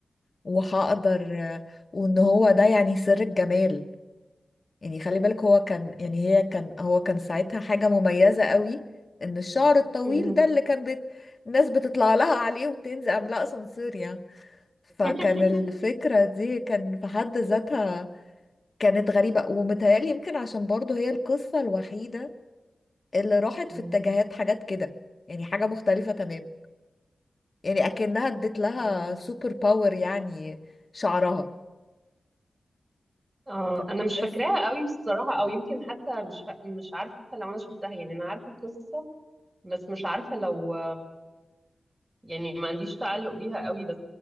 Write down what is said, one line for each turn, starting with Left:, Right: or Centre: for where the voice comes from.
Left: وهقدر آه، وان هو ده يعني سر الجمال يعني خلي بالك هو كان يعني هي كان هو كان ساعتها حاجة مميزة قوي ان الشعر الطويل
Right: مم.
Left: ده اللي كان بت... الناس بتطلع لها عليه وتنزل عاملاه اسانسير يعني فكان
Right: <laughs>
Left: الفكرة دي كان في حد ذاتها كانت غريبة ومتهيألي يمكن عشان برضه هي القصة الوحيدة اللي راحت
Right: مم.
Left: في اتجاهات حاجات كده يعني حاجة مختلفة تمام يعني أكنها ادت لها
Right: آه.
Left: سوبر باور يعني شعرها
Right: آه.
Left: فبحس
Right: انا مش فاكراها قوي بصراحة او يمكن حتى مش فا... مش عارفة لو انا شفتها يعني انا عارفة القصة بس مش عارفة لو يعني ما عنديش تعلق بيها قوي بس